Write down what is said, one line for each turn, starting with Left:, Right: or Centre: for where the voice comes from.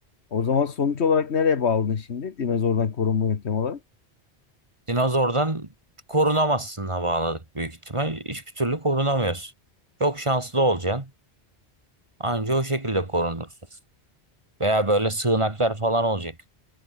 Left: O zaman sonuç olarak nereye bağladın şimdi? Dinozordan korunma yöntemi olarak.
Right: Dinozordan korunamazsın bağladık büyük ihtimal. Hiçbir türlü korunamıyorsun. Çok şanslı olacaksın. Anca o şekilde korunursun. Veya böyle sığınaklar falan olacak.